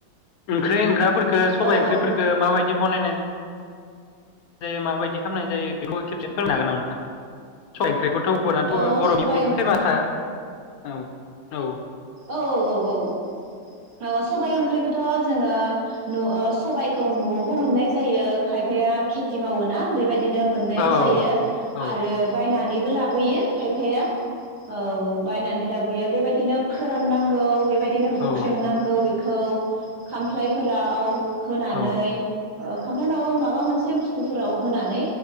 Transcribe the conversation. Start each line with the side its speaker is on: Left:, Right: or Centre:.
Left: ओंख्रि ओंख्राफोर खो सबाय
Right: औ
Left: ओंख्रिफोरखौ
Right: औ
Left: माबायदि बनायनाय जायो माबायदि खालामनाय जायो बेखौ खेबसे फोरोंनो हागोन नामा नोंथां सय ओंख्रि
Right: अ
Left: <unintelligible> बर'नि
Right: सबाइ
Left: बहुद
Right: ओंख्रि
Left: फेमासखा औ औ
Right: औ औ औ औ औ सबाय ओंख्रिखौथ' जोङो न सबायखौ न'आव मोननाय जायो खायफाया खेथि मावोना बेबायदि बिदिनो मोननायबो
Left: औ
Right: जायो
Left: औ
Right: आरो बायनानै बो लाबोयो खायफाया औ बायनानै लाबोयो बेबायदिनो फोराननांगौ बे बेबायदिनो
Left: औ
Right: हुख्रेमनांगौ बेखौ खामफलाय फोराव होनानै
Left: औ
Right: औ खामप्लाय नंङाबा माबा मोनसे बुस्थुफोराव होनानै